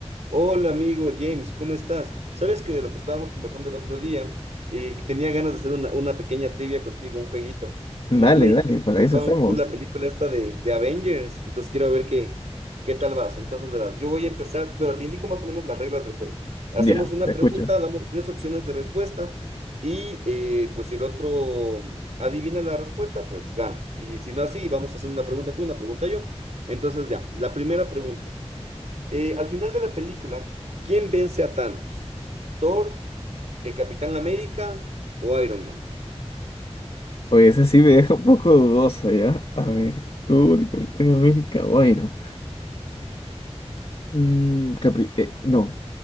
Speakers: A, on the right; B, on the left.
A: Hola amigo James, ¿cómo estás? Sabes que de lo que estábamos conversando el otro día, eh, tenía ganas de hacer una, una pequeña trivia contigo, un jueguito.
B: Dale,
A: Como tú me dijiste
B: dale,
A: que te
B: para
A: gustaba
B: eso estamos.
A: full la película esta de, de Avengers, entonces quiero ver qué, qué tal vas. Entonces verás, yo voy a empezar, pero te indico más o menos las reglas del juego. Hacemos
B: Ya,
A: una
B: te escucho.
A: pregunta, damos tres opciones de respuesta y eh, pues si el otro adivina la respuesta, pues gana. Y si no así, vamos haciendo una pregunta tú, una pregunta yo. Entonces ya, la primera pregunta. Eh, al final de la película, ¿quién vence a Thanos? ¿Thor, el Capitán América o Iron Man?
B: Oye, esa sí me deja un poco dudosa, ¿ya? A ver, tú, el Capitán América o Iron. Mm, capi- eh, no,